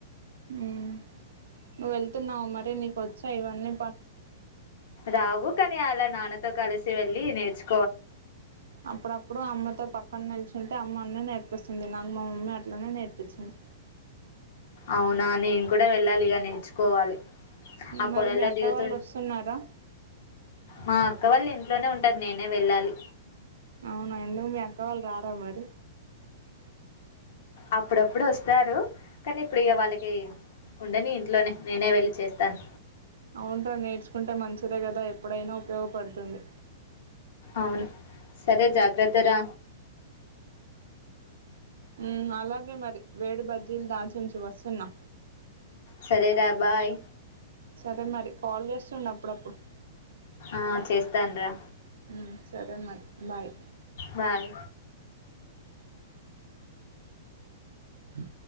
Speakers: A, on the right; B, on the left.
A: హ్మ్ నువ్వు వెళ్తున్నావ మరి నీకు వ సైవాన్నీ
B: రావు కాని అలా నాన్న తో కలిసి వెల్లీ నేర్చు
A: అప్పుడప్పుడు అమ్మతో పక్కన నిలిచుంటే అమ్మ అన్ని నేర్పు పిస్తుంది నాకు మా మమ్మీ అట్లనే నేర్పించింది
B: అవునా నేను కూడా వెళ్ళాలి ఇగ నేర్చుకోవాలి ఆ
A: మరి
B: పొలాల్లో
A: మీ అక్క
B: దిగుతు
A: వాళ్ళు వస్తున్నారా
B: మా అక్క వాళ్ళ ఇంట్లోనే ఉంటది నేనే వెళ్ళాలి
A: అవునా ఎందుకు మీ అక్క వాళ్ళు రారు ఆ మరి
B: అప్పుడప్పుడు వస్తారు కానీ ఇప్పుడు ఇగ వాళ్ళకి ఉండని ఇంట్లో నే నేనే వెళ్లి చేస్ తన్
A: అవును రా నేర్చుకుంటే మంచిదే కదా ఎప్పుడైనా ఉపయోగపడుతుంది
B: అవును సరే జాగ్రత్త రా
A: ఉమ్ అలాగే మరి వేడి బజ్జిలు దాచిఉంచు వస్తున్నా
B: సరే రా బాయ్
A: సరే మరి కాల్ చేస్తుండు అప్పుడప్పుడు
B: ఆ చేస్తాను రా
A: ఉ సరే మరి బాయ్
B: బాయ్
A: అ